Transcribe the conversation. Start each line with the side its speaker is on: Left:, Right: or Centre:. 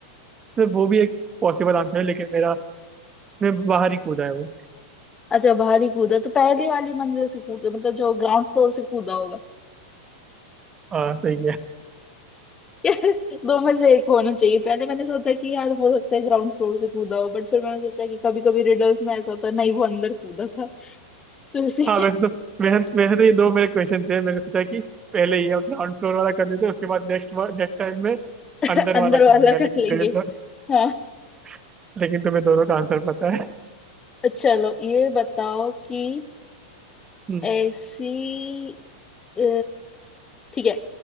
Right: तो वो भी एक पॉसिबल आंसर है लेकिन मेरा मैं बाहर ही कूदा है वो
Left: अच्छा बाहर ही कूदा तो पहले वाली मंजिल से कूदा मतलब जो ग्राउंड फ्लोर से कूदा होगा
Right: हाँ सही है
Left: <laughs> यार दो में से एक होना चाहिए पहले मैंने सोचा कि यार हो सकता है ग्राउंड फ्लोर से कूदा हो बट फिर मैंने सोचा कि कभी कभी रिडल्स में ऐसा होता है नहीं वो अंदर कूदा था तो इसे
Right: हाँ वैसे तो वैसे वैसे तो ये दो मेरे क्वेश्चन थे मैंने सोचा कि पहले ये ग्राउंड फ्लोर वाला कर लेते हैं उसके बाद नेक्स्ट नेक्स्ट टाइम में
Left: <laughs>
Right: अंदर
Left: अंदर
Right: वाला
Left: वाला
Right: करूंगा लेकिन
Left: कर लेंगे
Right: तेरे तो
Left: हाँ
Right: <laughs> लेकिन तुम्हें दोनों का आंसर पता है
Left: अच्छा, चलो ये बताओ कि
Right: हम्म,
Left: ऐसी अ, ठीक है